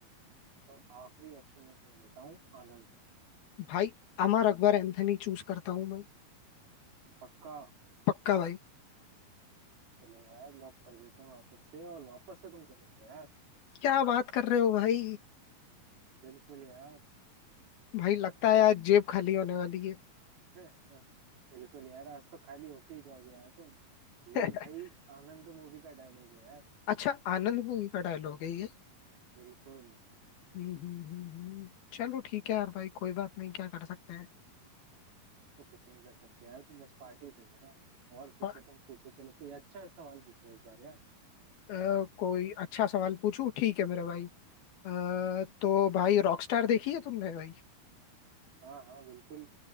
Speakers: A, on the right; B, on the left.
A: और आखिरी ऑप्शन मैं तुम्हें देता हूँ आनंद
B: भाई अमर अकबर एंथनी चूज करता हूँ मैं
A: पक्का
B: पक्का भाई
A: चलो यार लॉक कर देते हैं वापस से और वापस से तुम कर देते हो यार
B: क्या बात कर रहे हो भाई
A: बिल्कुल यार
B: भाई लगता है आज जेब खाली होने वाली है
A: <laughs> बिल्कुल यार आज तो खाली होके ही जाओगे यार तुम
B: <laughs>
A: ये भाई आनंद मूवी का डायलॉग है यार
B: अच्छा आनंद मूवी का डायलॉग है ये
A: बिल्कुल
B: हम्म हम्म, हम्म, हम्म। चलो ठीक है यार भाई कोई बात नहीं क्या कर सकते हैं
A: अब तो कुछ नहीं कर सकते यार तुम बस पार्टी दे देना और पूछो
B: पर,
A: तुम पूछो चलो कोई अच्छा सवाल पूछो इस बार यार
B: अ, कोई अच्छा सवाल पूछूं ठीक है मेरे भाई अ, तो भाई रॉकस्टार देखी है तुमने भाई
A: हाँ हाँ बिल्कुल